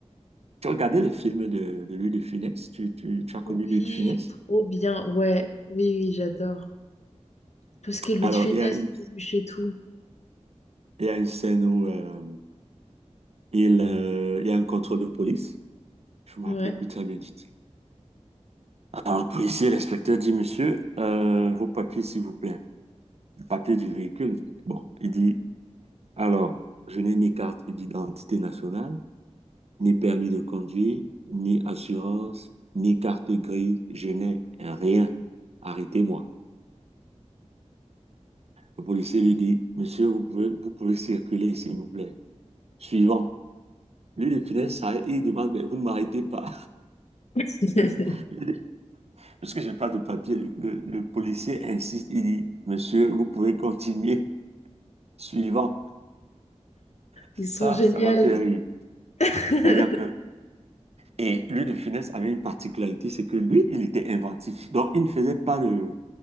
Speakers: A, on the right; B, on the left.
A: Tu regardais les films de, de Louis de Funès? Tu, tu, tu as connu
B: Oui,
A: Louis de Funès?
B: trop bien. Ouais, oui, oui, j'adore. Tout ce qui est Louis
A: Alors,
B: de Funès,
A: il y a une,
B: Coluche et tout.
A: il y a une scène où euh, il, euh, il y a un contrôle de police. Je me
B: Ouais.
A: rappelle plus très bien du titre. Alors, le policier, l'inspecteur dit, Monsieur, euh, vos papiers, s'il vous plaît. Les papiers du véhicule. Bon, il dit, alors, je n'ai ni carte d'identité nationale, ni permis de conduire, ni assurance, ni carte grise. Je n'ai rien. Arrêtez-moi. Le policier lui dit, Monsieur, vous pouvez, vous pouvez circuler, s'il vous plaît. Suivant. Lui, les punaises s'arrête et il demande, mais vous ne m'arrêtez pas.
B: <laughs>
A: <laughs> Parce que j'ai pas de papier. Le, le- le policier insiste, il dit, monsieur, vous pouvez continuer. <laughs> Suivant. Ça,
B: Ils sont géniaux.
A: ça m'a fait rire.
B: <laughs>
A: D'ailleurs que, et lui, de Funès avait une particularité, c'est que lui, il était inventif. Donc, il ne faisait pas le,